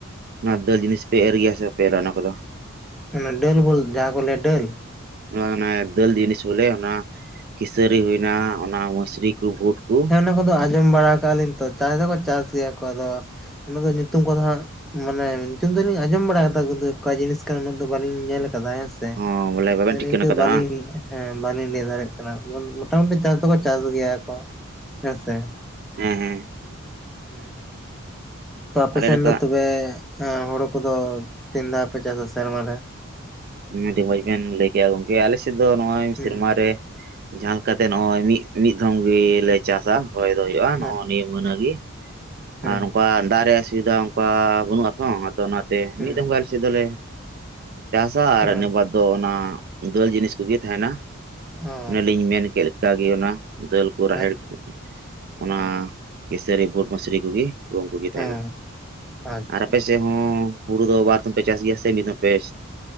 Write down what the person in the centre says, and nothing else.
ᱢᱟᱱᱮ ᱰᱟᱹᱞ ᱜᱳᱞ ᱡᱟᱦᱟᱸ ᱠᱚ ᱞᱟᱹᱭᱟ ᱰᱟᱹᱞ
ᱦᱮᱸ ᱚᱱᱟ ᱠᱚᱫᱚ ᱟᱸᱡᱚᱢ ᱵᱟᱲᱟ ᱠᱟᱜᱼᱟ ᱞᱤᱧ ᱛᱚ ᱪᱟᱥ ᱫᱚᱠᱚ ᱪᱟᱥ ᱜᱮᱭᱟ ᱠᱚ ᱟᱫᱚ ᱩᱱᱟᱹᱜ ᱫᱚ ᱧᱩᱛᱩᱢ ᱠᱚᱫᱚ ᱦᱟᱸᱜ ᱢᱟᱱᱮ ᱧᱩᱛᱩᱢ ᱫᱚᱞᱤᱧ ᱟᱸᱡᱚᱢ ᱵᱟᱲᱟ ᱟᱠᱟᱫᱟ ᱠᱤᱱᱛᱩ ᱚᱠᱟ ᱡᱤᱱᱤᱥ ᱴᱟᱜ ᱩᱱᱟᱹᱜ ᱫᱚ ᱵᱟᱹᱞᱤᱧ ᱧᱮᱞ ᱟᱠᱟᱫᱟ ᱦᱮᱸ ᱥᱮ
ᱛᱮ
ᱟᱫᱚ
ᱱᱤᱛ ᱦᱚᱸ
ᱵᱟᱹᱞᱤᱧ
ᱦᱮᱸ ᱵᱟᱹᱞᱤᱧ ᱞᱟᱹᱭ ᱫᱟᱲᱮᱭᱟᱜ ᱠᱟᱱᱟ ᱢᱚᱴᱟ ᱢᱩᱴᱤ ᱪᱟᱥ ᱫᱚᱠᱚ ᱪᱟᱥ ᱜᱮᱭᱟ ᱠᱚ ᱦᱮᱸᱥᱮ
ᱦᱩᱸ ᱛᱚ ᱟᱯᱮ
ᱥᱮᱱ
ᱫᱚ ᱛᱚᱵᱮ ᱦᱩᱲᱩ ᱠᱚᱫᱚ ᱛᱤᱱ ᱫᱷᱟᱣ ᱯᱮ ᱪᱟᱥᱫᱟ ᱥᱮᱨᱢᱟ ᱨᱮ
ᱦᱩᱸ
ᱟᱪᱪᱷᱟ
ᱦᱮᱸ
ᱦᱮᱸ
ᱚ
ᱚ
ᱟᱪᱪᱷᱟ
ᱚ
ᱦᱮᱸ
ᱟᱪᱪᱷᱟ
ᱟᱪᱪᱷᱟ